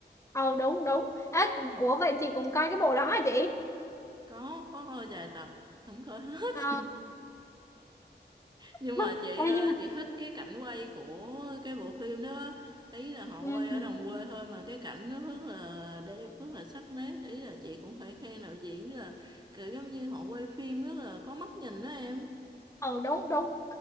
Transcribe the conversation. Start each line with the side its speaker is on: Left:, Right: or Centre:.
Left: ồ đúng đúng à, ủa vậy chị cũng coi cái bộ đó hả chị
Right: Có, có coi vài tập, không coi hết.
Left: ờ
Right: nhưng
Left: <laughs>
Right: mà chị ờ,
Left: Ê, nhưng mà
Right: chị thích cái cảnh quay của cái bộ phim đó ý là họ
Left: ừ
Right: quay ở đồng quê thôi mà cái cảnh nó rất là đẹp rất là sắc nét ý là chị cũng phải khen đạo diễn là kiểu giống như họ quay phim rất là có mắt nhìn đó em
Left: ừ, đúng đúng